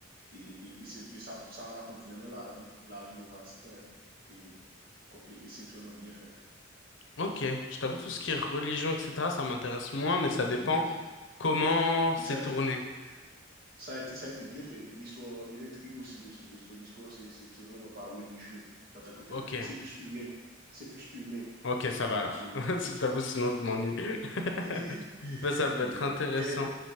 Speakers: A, on the right; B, on the left.
A: Et, et, et c'est, et ça, ça, raconte vraiment la vie, la vie au Vatican. Hein. Et, et et c'est vraiment bien fait.
B: ok. Je t'avoue, tout ce qui est religion, etc., ça m'intéresse moins, mais ça
A: <laughs>
B: dépend comment c'est
A: ça, a
B: tourné.
A: été, ça, a été, ça a été bien fait. L'histoire et l'intrigue aussi de, de, de l'histoire, c'est c'est, c'est vraiment pas religieux en tant que tel.
B: Ok.
A: C'est plus humain. C'est plus humain
B: Ok, ça
A: que,
B: va alors.
A: que religieux.
B: <laughs> Je t'avoue, sinon
A: Ouais.
B: je m'ennuie.
A: <laughs>
B: <laughs> Ben, ça peut
A: Oui.
B: être intéressant.
A: Quel-